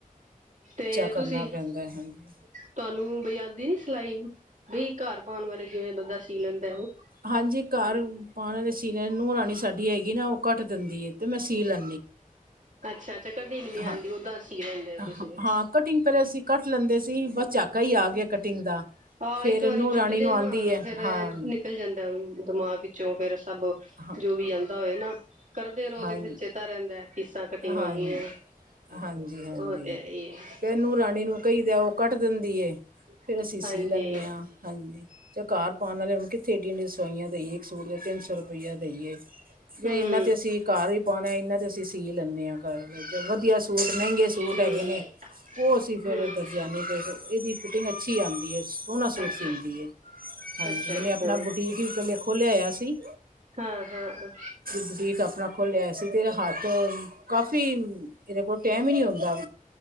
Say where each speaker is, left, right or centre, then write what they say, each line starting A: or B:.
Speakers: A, on the right; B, on the right.
A: ਤੇ
B: ਕਰਨਾ
A: ਤੁਸੀਂ।
B: ਪੈਂਦਾ ਹੈ ਹਾਂਜੀ
A: ਤੁਹਾਨੂੰ ਬਈ ਆਂਦੀ ਨੀ ਸਿਲਾਈ ਬਈ, ਘਰ ਪਾਣ ਵਾਲੇ ਜਿਵੇਂ ਬੰਦਾ ਸੀ ਲੈਂਦਾ ਓ।
B: ਹਾਂਜੀ, ਘਰ ਪਾਣ ਵਾਲੇ ਸੀ ਲੈਣ ਨੂੰਹ ਰਾਣੀ ਸਾਡੀ ਹੈਗੀ ਨਾ ਉਹ ਘੱਟ ਦਿੰਦੀ ਐ ਤੇ ਮੈਂ ਸੀ ਲੈਂ
A: ਅੱਛਾ ਅੱਛਾ, ਕਟਿੰਗ ਨੀ ਆਂਦੀ,
B: ਹਾਂ
A: ਓਦਾਂ ਸੀ ਲੈਂਦੇ ਹੋ ਤੁਸੀਂ।
B: ਹਾਂ- ਹਾਂ ਕਟਿੰਗ ਪਹਿਲੇ ਅਸੀ ਕੱਟ ਲੈਂਦੇ ਸੀ, ਬਸ ਝਾਕਾ ਹੀ ਆ ਗਿਆ ਕਟਿੰਗ ਦਾ।
A: ਆਹ
B: ਫਿਰ
A: ਇੱਕ ਵਾਰੀ
B: ਨੂੰਹ
A: ਛੁੱਟ
B: ਰਾਣੀ
A: ਜੇ
B: ਨੂੰ
A: ਨਾ,
B: ਆਂਦੀ ਹੈ
A: ਫੇਰ
B: ਹਾਂ
A: ਨਿਕਲ ਜਾਂਦਾ ਦਿਮਾਗ ਵਿੱਚੋ ਫੇਰ ਸਭ
B: ਹਾਂ
A: ਜੋ ਵੀ ਆਂਦਾ ਹੋਏ ਨਾ, ਕਰਦੇ ਰਹੋ
B: ਹਾਂਜੀ
A: ਤੇ ਫਿਰ ਚੇਤਾ ਰਹਿੰਦਾਂ। ਕਿਸ ਤਰ੍ਹਾਂ ਕਟਿੰਗ
B: ਹਾਂਜੀ
A: ਹੋਣੀ ਆ
B: ਹਾਂਜੀ ਹਾਂਜੀ
A: ਉਹ ਤੇ ਹੈਈ ਐ।
B: ਫਿਰ ਨੂੰ ਰਾਣੀ ਨੂੰ ਕਹੀਦਾ ਉਹ ਕੱਟ ਦਿੰਦੀ ਐ, ਫੇਰ ਅਸੀਂ ਸੀ
A: ਹਾਂਜੀ
B: ਲੈਂਨੇ ਆ, ਹਾਂਜੀ। ਤੇ ਘਰ ਪਾਣ ਵਾਲੇ ਹੁਨ ਕਿੱਥੇ ਐਡੀਆਂ ਐਡੀਆਂ ਸਵਾਈਆਂ ਦੇਈਏ ਇੱਕ ਸੂਟ ਜਾਂ ਤਿੰਨ ਸੌ ਰੁਪਿਆ ਦਈ ਏ। ਫਿਰ
A: ਹੂੰ
B: ਐਨਾ ਤੇ ਅਸੀਂ ਘਰ ਈ ਪਾਣਾ, ਐਨਾ ਤੇ ਅਸੀਂ ਸੀ ਲੈਂਨੇ ਆ ਘਰ ਵਧੀਆ ਸੂਟ ਮਹਿੰਗੇ ਸੂਟ
A: ਹੂੰ
B: ਹੈਗੇ ਨੇ ਉਹ ਅਸੀਂ ਫਿਰ
A: ਹੂੰ
B: ਦਰਜਿਆਨੇ, ਤੇ ਇਹਦੀ ਫਿਟਿੰਗ ਅੱਛੀ ਆਂਦੀ ਐ ਸੋਹਣਾ ਸੂਟ
A: ਅੱਛਾ
B: ਸੀਦੀ ਐ। ਹਾਂਜੀ,
A: ਅੱਛਾ
B: ਇਹਨੇ
A: ਅੱਛਾ
B: ਆਪਣਾ ਬੁਟੀਕ ਵੀ ਪਹਿਲੇ ਖੋਲਿਆ ਹੋਇਆ ਸੀ।
A: ਹਾਂ ਹਾਂ ਹਾਂ।
B: ਬੁਟੀਕ ਆਪਣਾ ਖੋਲਿਆ ਹੋਇਆ ਸੀ, ਤੇ ਇਹਦਾ ਹੱਥ ਕਾਫੀ ਇਹਦੇ ਕੋਲ ਟੈਮ ਹੀ ਨੀ ਹੁੰਦਾ।